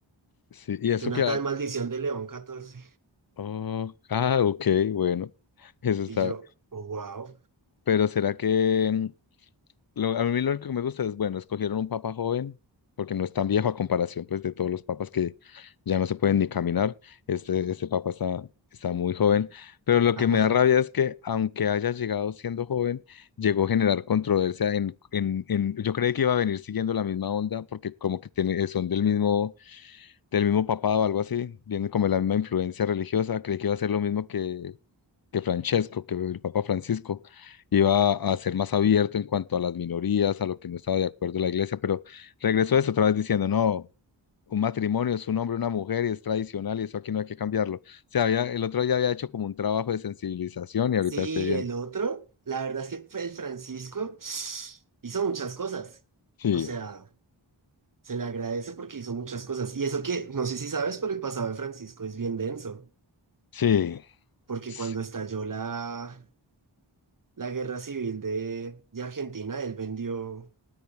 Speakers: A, on the left; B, on the right.
A: sí, y eso
B: Que una
A: que...
B: tal maldición de León catorce
A: Oh, ah, ok, bueno, eso está...
B: Y yo, wow,
A: Pero ¿será que... Lo- a mí lo único que me gusta es, bueno, escogieron un papa joven, porque no es tan viejo a comparación pues de todos los papas que ya no se pueden ni caminar. Este, este papa está, está muy joven, pero lo
B: esta
A: que
B: joya.
A: me da rabia es que aunque haya llegado siendo joven, llegó a generar controversia en, en, en- yo creí que iba a venir siguiendo la misma onda, porque como que tiene, son del mismo, del mismo papado o algo así, vienen como de la misma influencia religiosa, creí que iba a ser lo mismo que que Francesco, que el Papa Francisco iba a ser más abierto en cuanto a las minorías, a lo que no estaba de acuerdo la iglesia, pero regresó a eso otra vez diciendo, no, un matrimonio es un hombre, y una mujer y es tradicional y eso aquí no hay que cambiarlo. O sea, había, el otro ya había hecho como un trabajo de sensibilización y ahorita
B: Sí,
A: esté bien.
B: el otro, la verdad es que fue el Francisco hizo muchas cosas.
A: Sí,
B: O sea, se le agradece porque hizo muchas cosas. Y eso que, no sé si sabes, pero el pasado de Francisco es bien denso.
A: sí.
B: Porque
A: S-
B: cuando estalló la, la guerra civil de, de Argentina, él vendió,